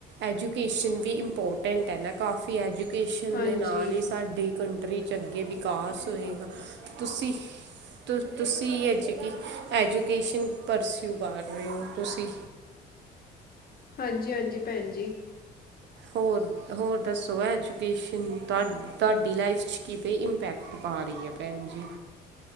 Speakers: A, on the right; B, on the left.
A: ਐਜੂਕੇਸ਼ਨ ਵੀ ਇੰਪੋਰਟੈਂਟ ਹੈ ਨਾ, ਕਾਫੀ ਐਜੂਕੇਸ਼ਨ
B: ਹਾਂਜੀ
A: ਦੇ ਨਾਲ ਹੀ ਸਾਡੇ ਕੰਟ ਚੰਗੇ ਅੰਗੇ ਵਿਕਾਸ ਹੋਏ ਤੁਸੀਂ। ਤੁਸੀਂ ਐਜੂਕੇ ਐਜੂਕੇਸ਼ਨ ਪਰਸਿਊ ਪਾ ਰਹੇ ਹੋ ਤੁਸੀਂ।
B: ਹਾਂਜੀ-ਹਾਂਜੀ ਭੈਣ ਜੀ।
A: ਹੋਰ-ਹੋਰ ਦੱਸੋ ਹੈ ਐਜੂਕੇਸ਼ਨ ਬਾਰੇ। ਤੁਹਾਡੀ ਲਾਈਫ 'ਚ ਕਿਵੇਂ ਇੰਪੈਕਟ ਪਾ ਰਹੀ ਹੈ ਭੈਣ ਜੀ।